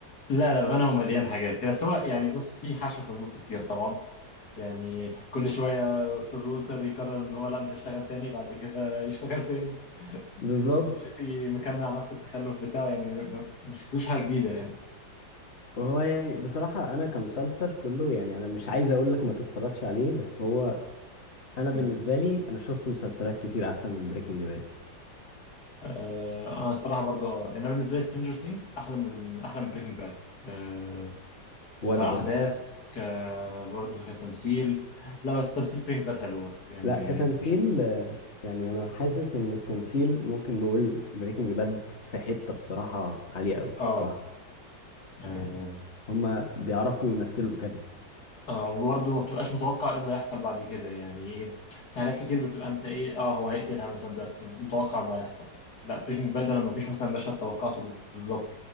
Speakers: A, on the left; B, on the left.
A: لا لا بامانه هو مليان حاجات بس هو يعني بص في حشو في النص كتير طبعا يعني كل شويه استاذ وولتر يقرر ان هو لا مش هشتغل تاني بعد كده يشتغل تاني
B: <laughs> بالظبط
A: وجيسي مكمل على نفس التخلف بتاعه يعني م- م- مش شفتلوش حاجه جديده يعني
B: هو يعني بصراحة أنا كمسلسل كله يعني أنا مش عايز أقول لك ما تتفرجش عليه بس هو أنا بالنسبة
A: م.
B: لي أنا شفت مسلسلات كتير أحسن من بريكنج باد
A: آه انا الصراحه برضو اه يعني انا بالنسبه لي سترينجر ثينجز احلى من احلى من بريكنج باد آه
B: وأنا
A: كاحداث
B: برضه
A: ك برضو كتمثيل لا بس تمثيل بريكنج باد حلو برضو يعني
B: لا كتمثيل
A: مش
B: آه، يعني أنا حاسس إن التمثيل ممكن نقول بريكنج باد في حتة بصراحة عالية أوي
A: اه
B: بصراحة
A: اه
B: يعني هما بيعرفوا يمثلوا بجد
A: آه، وبرضه ما بتبقاش متوقع ايه اللي هيحصل بعد كده يعني ايه في حاجات كتير بتبقى انت ايه اه هو هيقتلها مثلا ده متوقع اللي هيحصل لا بريكنج باد انا ما فيش مثلا مشهد توقعته بز- بالظبط